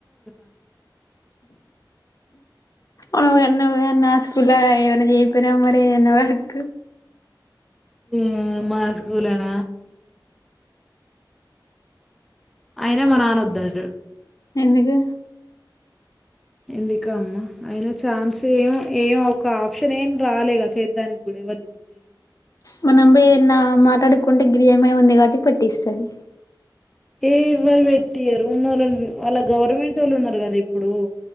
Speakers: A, in the centre; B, on the left.
A: <unintelligible>
B: ఆ అన్నది అన్న మస్తు బడాయి ఎమ్మానా చేయకపోయినావ మరి అన్న వర్క్
A: హ్మ్ మా స్కూల్ అన అయిన మా నాన్న వద్దంటాడు
B: ఎందుకు
A: ఎందుక అమ్మ అయిన ఛాన్స్ ఏమో ఏమో ఒక ఆప్షన్ ఏం రాలేగా చేయటానికి కూడా ఎవరు చెప్పలే
B: మనంబీర్ణ మాట్లాడుకుంటే గిరామేయినా ఉంది కాబట్టి పెటిస్సది.
A: ఏ ఎవరు పెట్టియరు ఉన్నోళ్ళు ఉన్ వాళ్ళ గవర్మెంట్ వాళ్ళు ఉన్నరు గదా ఇప్పుడు